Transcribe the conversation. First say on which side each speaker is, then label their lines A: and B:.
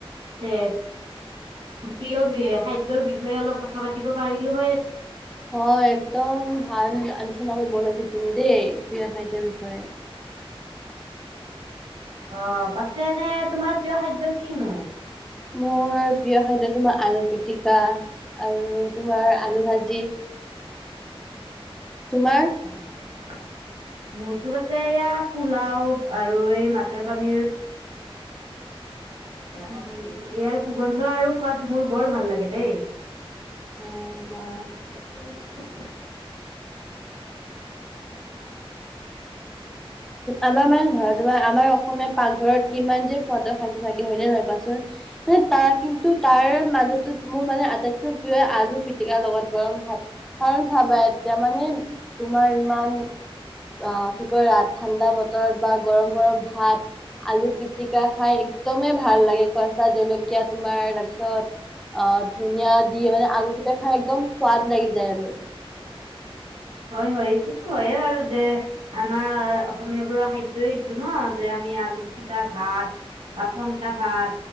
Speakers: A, on the right; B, in the centre.
A: তেত প্ৰিয় বি খাদ্যৰ বিষয়ে অলপ কথা পাতিব পাৰিলো হয়।
B: হয় একদম ভাল আলোচনা কৰিব ওলাইছা তুমি দেই প্ৰিয় খাদ্যয়ৰ বিষয়ে।
A: অ পাছে এনেই তোমাৰ প্ৰিয় খাদ্য কিনো!
B: মোৰ প্ৰিয় খাদ্য তোমাৰ আলু পিতিকা আৰু তোমাৰ আলু ভাজি। তোমাৰ!
A: <inaudible> মূৰটো আছে ইয়াত পোলাও আৰু এই মাটৰ পানীৰ। <unintelligible>
B: <inaudible>
A: ইয়াৰ সুগন্ধ আৰু সোৱাত মোৰ বৰ ভাল লাগে দেই।
B: <unintelligible>
A: <unintelligible>
B: আমাৰ মানে ধৰা তোমাৰ অসমীয়া পাকঘৰত। কিমান যে সোৱাদৰ খাদ্য থাকে হয়নে নহয় কোৱাচোন। মানে তাৰ কিন্তু, তাৰ মাজতে মোৰ মানে আটাইতকৈ প্ৰিয় আলু পিটিকা লগত গৰম ভাত। কাৰণ চাবা এতিয়া, মানে তোমাৰ ইমান অ', কি কয়, ঠাণ্ডা বতৰত বা গৰম গৰম ভাত আলু পিটিকা খায় একদমে ভাল লাগে, কেচাঁ জলকীয়া তোমাৰ তাৰপিছত, অঁ ধনীয়া দি মানে আলু কেইটা খায় একদম সোৱাদ লাগি যায় আৰু।
A: হয়, হয়, এইটোতো হয়ে বাৰু দে আমাৰ, অসমীয়া বোৰৰ খাদ্য এইটো ন', যে আমি আলু পিটিকা ভাত বা পন্তা ভাত